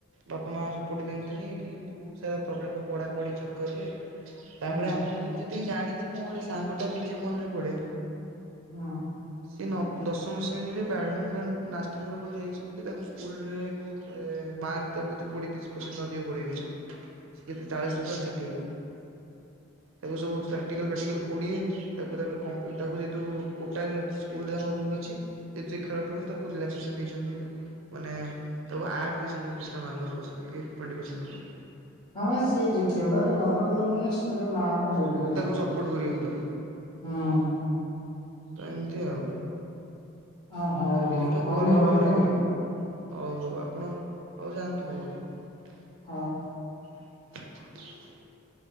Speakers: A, on the right; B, on the left.
A: ବାପ ମା ସପୋର୍ଟ ଦିଅନ୍ତିନି କି, ଏମିତି ବହୁତ ସାରା ପ୍ରୋବ୍ଲେମ୍ୁପଢ଼ାପଢ଼ି ଚକରରେ ତାପରେ
B: ହୁଁ
A: ଆମେ ମୁଁ ଯେତିକି ଜାଣିଛି, ମୁଁ ଗୋଟେ ସାଙ୍ଗଟେ ବିଜିମନରେ ପଢେ।
B: ହଁ
A: ଏ ନ ଦଶମ ଶ୍ରେଣୀରେ ବଡମିଣ୍ଟନ୍ ନ୍ୟସନାଲ ଲବେଲ ଯାଇଛି ବୋଲି ତାକୁ ସ୍କୁଲରେ ମାର୍କ ତାକୁ କୋଏଶ ପର ନଦୀକୁବୁଡେଇ ଦେଇଛନ୍ତି, ସେ କେତେ ଚାଳିଶ
B: ହୁଁ।
A: ଥା ାଠିଏ କରିଥିଲେ। ତାକୁ ସବୁ ଟାଲଟିକାଲ ମେଡିକାଲକୋଡ଼ିଏ, ତାକୁ ତାପରେ କମ୍ପି ତାକୁ ଯେହେତୁ କୋଟାଏ ତା ରୁଲ୍ ଅଛି ଯେ ଖେଳ ଖେଳୁ ତାକୁ ରିଲାକ୍ସେସନ ଦେଇଛନ୍ତି, ମାନେ ତାକୁ ଆ <unintelligible> ଟ୍ୱଟି ପରସେଟେ
B: ହଁ ଭ ସିଏ ଯ ଖେଳ ରେ ଭଲ କଲେ ମାନେ ସେରୁ ମାର୍ଗ
A: ସ୍କୁଲ
B: ଦଧ କେତଥିଲା
A: ତାକୁ ସପୋର୍ଟ କରିବ ପୁରା
B: ହୁଁ
A: ତ ଏମିତି ଆଉ
B: ଅ ହଉ
A: ଯଦି
B: ହଉ
A: ଯୋଉଟା
B: ହଉ
A: କରିବ
B: ମୁଁ ରହିଲି
A: ଭଲରେ
B: ଆଉ
A: କରିବ, ହଉ ହଉ ଆପଣ ଆଉ ଯାଆନ୍ତୁ ଓ ହ ହଉ
B: ହୋଉ।
A: <inaudible>